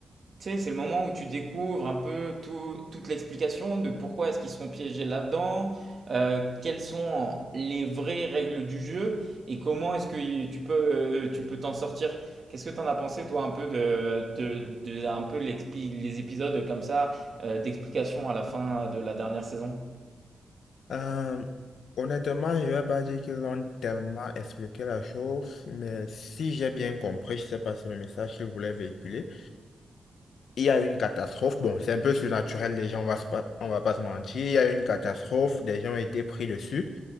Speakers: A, on the right (about 50°); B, on the left (about 80°).
A: Tu sais, c'est le moment où tu découvres un peu tout- toute l'explication de pourquoi est-ce qu'ils sont piégés là-dedans, euh, quelles sont les vraies règles du jeu et comment est-ce que tu peux euh, tu peux t'en sortir. Qu'est-ce que tu en as pensé toi un peu de, de, de- un peu l'expli- les épisodes comme ça euh, d'explication à la fin de la dernière saison?
B: Euh, honnêtement, je ne vais pas dire qu'ils ont tellement expliqué la chose, mais si j'ai bien compris, je ne sais pas si le message qu'ils voulaient véhiculer, il y a eu une catastrophe. Bon, c'est un peu surnaturel, les gens, on va se pas, on va pas se mentir. Il y a eu une catastrophe, des gens ont été pris dessus,